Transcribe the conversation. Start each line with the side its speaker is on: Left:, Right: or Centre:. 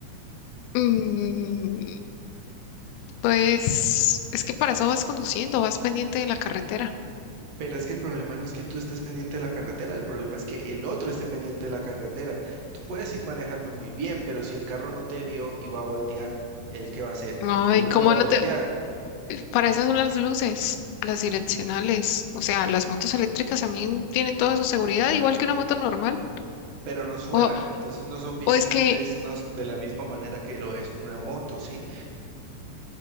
Left: Mm, pues es que para eso vas conduciendo, vas pendiente de la carretera.
Right: Pero es que el problema no es que tú estés pendiente de la carretera, el problema es que el otro esté pendiente de la carretera. Tú puedes ir manejando muy bien, pero si el carro no te vio y va a voltear, ¿el qué va a hacer?
Left: Ay,
Right: De una
Left: ¿cómo
Right: va a voltear.
Left: no te...? Para eso son las luces, las direccionales. O sea, las motos eléctricas también tienen toda su seguridad, igual que una moto normal.
Right: pero no suenan,
Left: O,
Right: entonces no son visibles,
Left: o es que,
Right: no s- de la misma manera que lo es una moto, ¿sí?